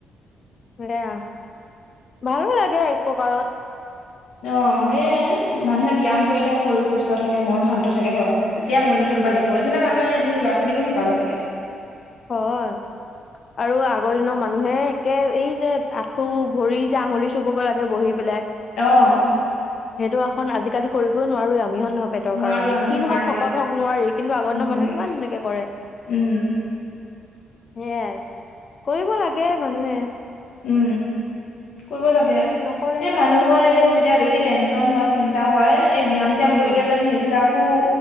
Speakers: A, on the left (about 50°); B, on the left (about 70°).
A: সেয়া ভালো লাগে এক প্ৰকাৰত
B: অ সেয়াই মানুহে ব্যায়াম কৰিলেহে শৰীৰ সুস্থ থাকে মন শান্ত থাকে হয় তেতিয়া মনোযোগ
A: উম
B: বাঢ়িব এইবিলাক আমাৰ এনে ল'ৰা ছোৱালীকো শিকাব লাগে
A: হয় আৰু আগৰ দিনৰ মানুহে এই যে আ খ ভৰি যে আঙুলি চুবগৈ লাগে বহি পেলাই
B: আহ
A: সেইটো এখন আজিকালি কৰিবই নোৱাৰোৱে আমিহ নহয় পেটৰ
B: নোৱাৰো
A: কাৰণ
B: আমি
A: ক্ষণওঁক
B: নোৱাৰোৱেই
A: শকত হওক নোৱাৰি কিন্তু আগৰ দিনৰ
B: নোৱাৰি
A: মানুহে কিমান এনেকে কৰে
B: উম
A: সে কৰিব লাগে মানুহে
B: উম কৰিব লাগে এ
A: নকৰে
B: মানুহৰ এনেও এতিয়া বেছি টেনচন হয় চিন্তা হয় এই ব্যায়াম চ্যায়াম
A: উম
B: কৰিলে মানে সেইবিলাক ক